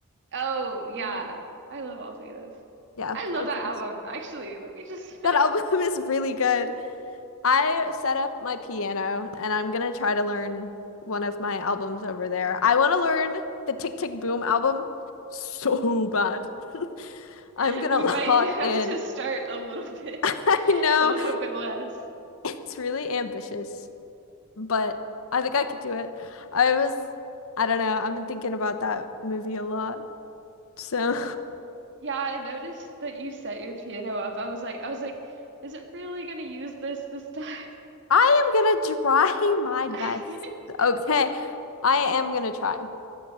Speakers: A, on the right (about 55°); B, on the left (about 65°).
A: Oh, yeah.
B: Mm,
A: I love all three of those.
B: Yeah,
A: I love
B: that
A: that
B: sounds.
A: album. Actually, let me just
B: That album <laughs> is really good. I set up my piano, and I'm gonna try to learn one of my albums over there. I want to learn the Tick Tick Boom album so bad. <laughs>
A: <laughs>
B: I'm gonna
A: you
B: lock
A: might have
B: in.
A: to start a little bit
B: <laughs> I
A: <laughs>
B: know
A: a little bit less.
B: it's really ambitious. but I think I could do it. I was, I don't know, I've been thinking about that movie a lot. So
A: Yeah, I noticed that you set your piano up. I was like I was like, is it really gonna use this this time?
B: <laughs> I am gonna try my
A: <laughs>
B: best. Okay, I am gonna try.